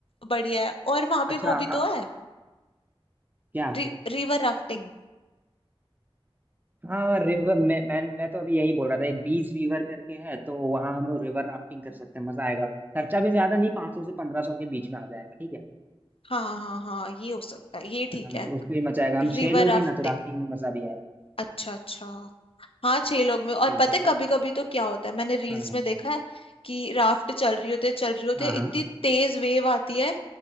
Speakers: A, on the left; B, on the right.
A: बढ़िया है और वहां पे
B: अच्छा
A: वो भी तो है
B: क्या
A: रि, रिवर राफ्टिंग
B: हाँ रिवर मैं मैं मैं तो अभी यही बोल रहा था एक बीच रिवर करके है तो वहाँ हम लोग रिवर राफ्टिंग कर सकते हैं मजा आएगा खर्चा भी ज्यादा नहीं पाँच सौ से पंद्रह सौ के बीच में आ जाएगा ठीक है
A: हाँ हाँ हाँ ये हो सकता है ये ठीक
B: हाँ
A: है
B: तो उसमें भी मजा आएगा हम
A: River
B: छह लोग
A: rafting
B: हैं ना तो राफ्टिंग में मजा भी आएगा
A: अच्छा अच्छा हाँ छह लोग में और
B: ठीक
A: पता
B: है
A: है कभी
B: और
A: कभी तो क्या होता है मैंने रील्स
B: हाँ
A: में देखा है कि राफ्ट चल रही होती है चल रही होती
B: हाँ
A: है
B: हाँ
A: इतनी तेज वेव आती है